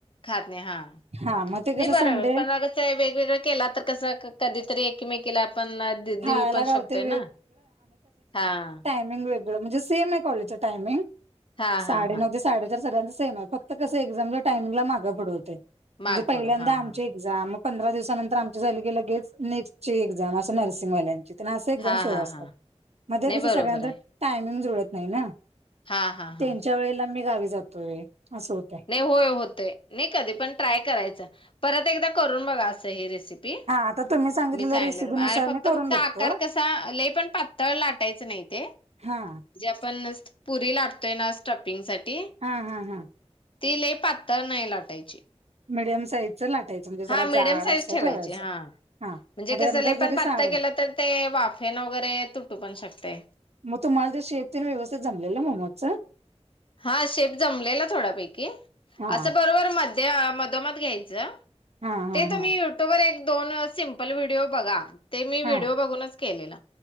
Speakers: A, on the left; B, on the right.
A: खात नाही हा,
B: हा मग ते
A: नाही
B: कसं
A: बरोबर
B: संडे
A: पण अग वेगवेगळं केला तर कसं कधीतरी एकमेकीला आपण
B: खायला
A: देऊ पण
B: गावते
A: शकतोय ना. हा हा
B: टाइमिंग वेगळं म्हणजे सेम आहे कॉलेजचे टाइमिंग
A: हां, हां,
B: साडे
A: हां.
B: - साडेचार सगळ्यांचं सेम फक्त कस एक्झाम च्या टायमिंग ला माग पुढं होतंय.
A: मागपुडं
B: म्हणजे पहिल्यांदा
A: हां,
B: आम
A: हां.
B: जा मग पंधरा दिवसानंतर आमची झाले गे लगेच नेक्स्टची एक्झाम अस नर्सिंगवाल्यांची. त्यांना अस एक्झम
A: हां,
B: सुरू
A: हां,
B: असतात,
A: हां.
B: मध्ये
A: नाही
B: कस
A: बरोबर
B: सगळ्यांच
A: आहे.
B: टायमिंग जुळत नाही ना,
A: हां, हां,
B: त्यांच्या
A: हां.
B: वेळेला मी गावी जातोय अस होत.
A: नाही होय होत. नाही कधी पण ट्राय करायचं परत एकदा करून बघा असं ही रेसिपी.
B: आता तुम्ही सांगितलेल्या
A: मी सांगले
B: रेसिपीनुसार
A: अरे फक्त
B: मी करून
A: फक्त
B: बघतो.
A: आकार कसा लय पण पातळ लाटायचं नाही ते,
B: हा..
A: जे आपण पुरी लाटतोय ना स्टपपिंग साठी.
B: हा हा हां
A: ति लय पातळ नाही लाटायची.
B: मीडियम साईज ची. असं लाटायचं. म्हणजे जरा
A: हा मीडियम
B: जाड
A: साईज
B: असं
A: ठेवायचे
B: ठेवायचं
A: हा.
B: हा
A: म्हणजे
B: मग त्यानंतर
A: कसं लय
B: जरी
A: पण पातळ
B: सारण
A: केलं तर ते वाफेन वगैरे तुटू पण शकते.
B: मग तुम्हाला ते शेफतीन व्यवस्थित जमलेलं मोमोजचं?
A: हा शेप जमलेला थोड्यापैकी,
B: हा
A: असं बरोबर मध्ये मधोमध घ्यायचं.
B: हा हा
A: ते तुम्ही
B: हा.
A: युट्यूबवर व एक दोन सिमपल व्हिडिओ बघा. ते मी व्हिडिओ
B: हा.
A: बघूनच केलेलं.